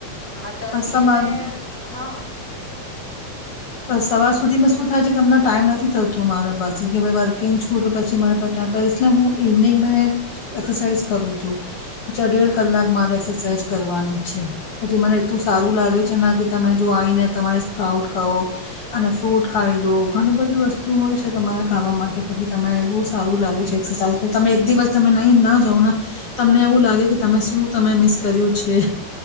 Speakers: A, in the centre; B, on the left (about 55°).
A: હા તો અત્યારે
B: બસ તમા
A: હા
B: બસ સવાર સુધી મેં શું થાય છે કે અમને ટાઈમ નથી થતો મારા પાસે કે ભાઈ વર્કિંગ છું તો પછી મારા પાસે ઇસલિયે હું ઇવનિંગ મે એક્સરસાઝ કરું છું પછે દેડ કલાક મારે એક્સરસાાઈઝ કરવાની છે પછી મને એટલું સારું લાગે છે ના કે તમે જો આવીઈને તમારે પ્રાઉટ ખાઓ અને ફ્રૂટ ખાઈ લો ઘણું બધી વસ્તુ હોય છે તમારે ખાવા માટે પછી તમે એવું સારું લાગે છે એક્સરસાઇઝ પછી તમે એક દિવસ તમે નહી ના જાવ ના તમને એવું લાગે કે તમે શું તમે મિસ કર્યું છે